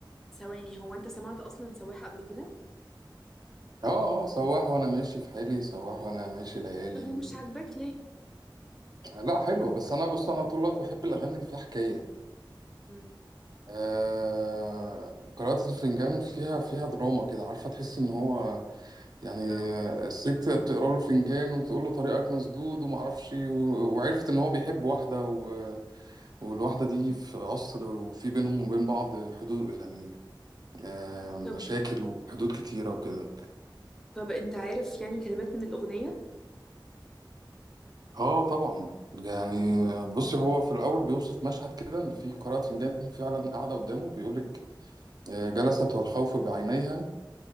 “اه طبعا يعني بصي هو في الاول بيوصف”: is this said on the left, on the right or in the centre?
Right